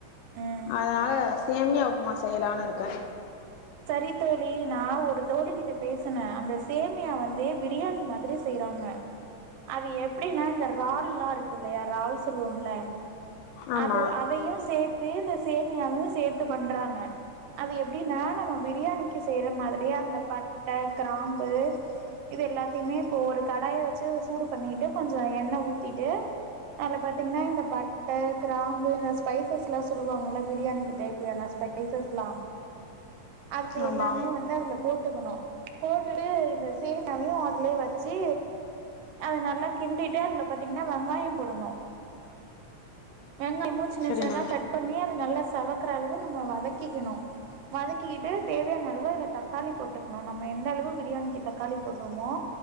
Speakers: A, on the right; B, on the left.
A: ம்
B: அதனால சேமியா உப்புமா செய்யலான்னு இருக்கே
A: செரி தோழி நா ஒரு தோழிகிட்ட பேசனே அந்த சேமியா வந்து பிரியாணி மாதிரி செய்றாங்க அது எப்டினா இந்த இறால்லா இருக்கு இல்லையா இறால் சொல்லுவோம்ல
B: ஆமா
A: அது அதையு சேத் தே இந்த சேமியாவு சேத்து பண்றாங்க அது எப்டினா நம்ம பிரியாணிக்கு செய்ற மாதிரியே அந்த பட்ட கிராம்பு இது எல்லாத்தியுமே போர் கடாய வெச்சு சூடு பண்ணிட்டு கொஞ்ச எண்ணெ ஊத்திட்டு அதுல பாத்தீங்னா இந்த பட் ட கிராம்பு இந்த ஸ்பைஸஸ்லா சொல்லுவாங்கல்ல பிரியாணிக்கு தேவயான ஸ்பைஸஸ்லா அது து
B: ஆமா
A: எல்லாமே வந்து அதுல ஓட்டுக்கணு போட்டு இந்த சேமியாவையு அதுலயே வெச்சு அது நல்லா கிண்டிட்டு அதுல பாத்தீங்கனா வெங்காய போடணு வெங்காயமு சின்ன
B: சரிம்மா
A: சின்னதா கட் பண்ணி அது நல்லா செவக்கற அளவு நம்ம வதக்கிக்கணு வதக்கிக்கிட்டு தேவையான அளவு அதுல தக்காளி போட்டுக்கணு நம்ம எந்த அளவு பிரியாணிக்கு தக்காளி போடுறோமோ